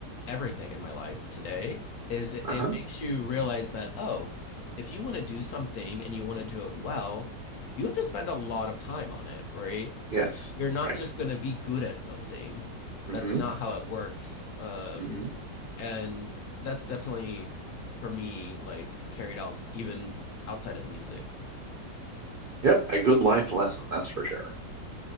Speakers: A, on the left; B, on the right.
A: everything in my life today is it,
B: Uh-huh.
A: it makes you realize that, oh, if you want to do something and you want to do it well, you have to spend a lot of time on it, right?
B: Yes,
A: You're not
B: right.
A: just going to be good at something.
B: hmm
A: That's not how it works. Um,
B: hmm
A: and that's definitely for me, like carried out even outside of music.
B: Yep, a good life lesson, that's for sure.